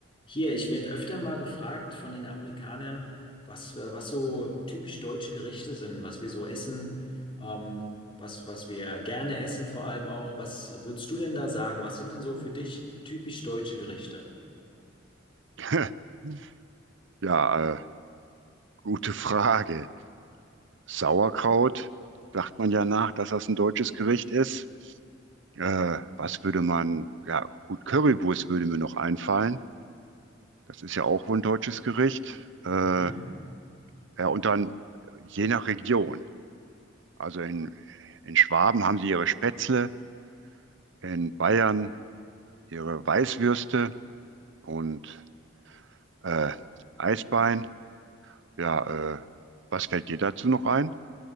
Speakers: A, on the left; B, on the right.
A: Hier, ich werde öfter mal gefragt von den Amerikanern, was, äh, was so typisch deutsche Gerichte sind, was wir so essen, ähm, was, was wir gerne essen vor allem auch. Was würdest du denn da sagen? Was sind denn so für dich typisch deutsche Gerichte?
B: <laughs> Ja, äh, gute Frage. Sauerkraut, sagt man ja nach, dass das ein deutsches Gericht ist. Äh, was würde man, ja, gut, Currywurst würde mir noch einfallen. Das ist ja auch wohl ein deutsches Gericht. Äh,
A: Mhm.
B: ja, und dann je nach Region. Also in, in Schwaben haben sie ihre Spätzle, in Bayern ihre Weißwürste und äh, Eisbein. Ja, äh, was fällt dir dazu noch ein?